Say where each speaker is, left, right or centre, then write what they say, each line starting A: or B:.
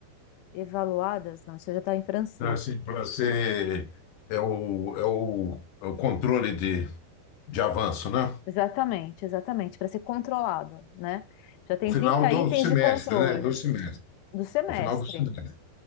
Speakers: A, on the left; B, on the left.
A: evaluadas, não, isso já está em francês,
B: Assim, para ser é o, é o, é o controle de, de avanço, né?
A: Exatamente, exatamente, para ser controlado, né? Já tem
B: Ao final
A: 30
B: do
A: itens
B: semestre,
A: de controle
B: né? Do semestre.
A: do semestre.
B: Ao final do semestre.